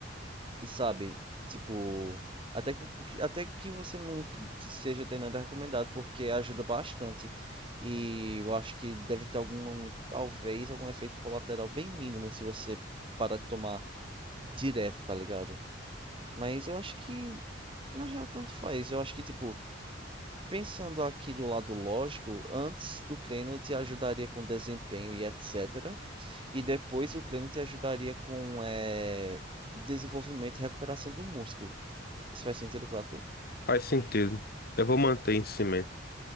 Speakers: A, on the right; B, on the left.
A: sabe, tipo, até que, até que você não seja ter nada recomendado, porque ajuda bastante. E eu acho que deve ter algum, talvez, algum efeito colateral bem mínimo se você parar de tomar direto, tá ligado? Mas eu acho que, na real, tanto faz. Eu acho que, tipo, pensando aqui do lado lógico, antes do treino te ajudaria com desempenho e etc. E depois o treino te ajudaria com é, desenvolvimento e recuperação do músculo. Isso faz sentido pra tu?
B: Faz sentido. Eu vou manter em cima.